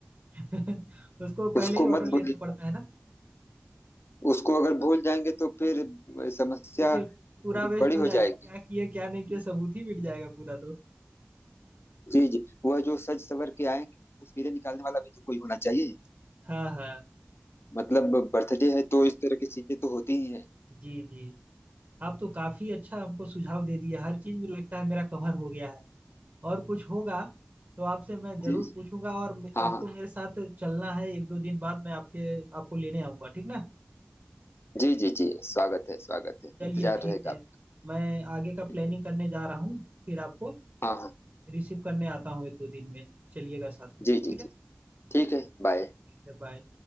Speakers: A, on the right; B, on the left.
A: <laughs> उसको पहले
B: उसको
A: ही ऑर्डर
B: मत
A: लेना
B: भूलिए
A: पड़ता है
B: उसको अगर भूल जाएंगे तो फिर समस्या
A: तो फिर पूरा वेस्ट
B: बड़ी
A: हो
B: हो
A: जाएगा
B: जाएगी
A: क्या किए क्या नहीं किए सबूत ही मिट जाएगा पूरा तो
B: जी जी वह जो सज सवर के आएंगे तस्वीरें निकालने वाला भी तो कोई होना चाहिए
A: हाँ हाँ
B: मतलब बर्थडे है तो इस तरह की चीजें तो होती ही है
A: जी जी आप तो काफी अच्छा हमको सुझाव दे दिया हर चीज में लगता है मेरा कवर हो गया है और कुछ होगा तो आपसे मैं जरूर
B: जी जी
A: पूछूंगा और मे-
B: हाँ
A: आपको
B: हाँ
A: मेरे साथ चलना है एक दो दिन बाद मैं आपके आपको लेने आऊंगा ठीक ना
B: जी जी जी स्वागत है स्वागत है
A: चलिए
B: इंतजार
A: ठीक
B: रहेगा
A: है
B: आपका।
A: मैं आगे का प्लानिंग
B: ठीक है
A: करने जा रहा हूँ फिर आपको
B: हाँ हाँ
A: रिसीव करने आता हूँ एक दो दिन में चलिएगा साथ में
B: जी जी
A: ठीक है
B: जी ठीक है बाय
A: ठीक है बाय